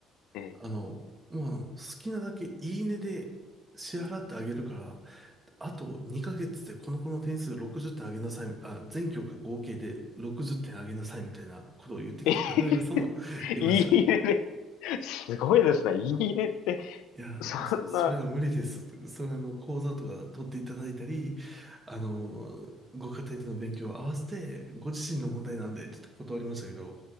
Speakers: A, on the left; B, on the right.
A: え
B: あの、もうあの、好きなだけいいねで支払ってあげるから、あと2ヶ月でこの子の点数60点上げなさい、あ、全教科合計で60点上げなさいみたいなことを言ってきた親御さんも
A: え。<laughs>
B: <laughs> いました。
A: いいねで、すごいですね。いいねって、
B: いやー、
A: そんな、
B: もうそ、それは無理ですと。それはあの、講座とか取っていただいたり、あの、ご家庭での勉強を合わせて、ご自身の問題なんで、って断りましたけど、